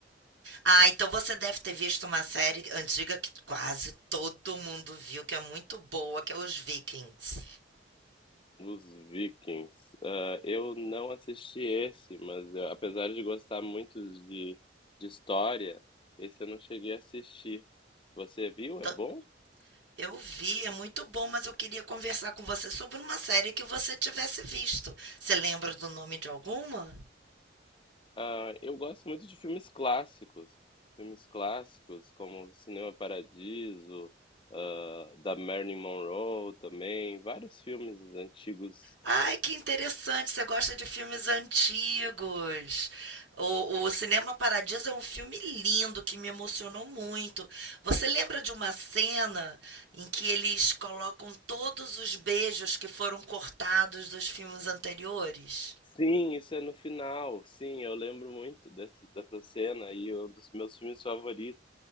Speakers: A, on the right; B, on the left.
A: Ah, então você deve ter visto uma série antiga que quase todo mundo viu, que é muito boa, que é Os Vikings.
B: os Vikings. Ah, eu não assisti esse, mas eu- apesar de gostar muito de, de história, esse eu não cheguei a assistir. Você viu?
A: Então,
B: É bom?
A: Eu vi, é muito bom, mas eu queria conversar com você sobre uma série que você tivesse visto. Você lembra do nome de alguma?
B: Ah, eu gosto muito de filmes clássicos. Filmes clássicos como Cinema Paradiso, ah, da Marilyn Monroe também, vários filmes antigos.
A: Ai, que interessante, você gosta de filmes antigos. O, o Cinema Paradiso é um filme lindo que me emocionou muito. Você lembra de uma cena em que eles colocam todos os beijos que foram cortados dos filmes anteriores?
B: Sim, isso é no final. Sim, eu lembro muito desse- dessa cena e um dos meus filmes favoritos.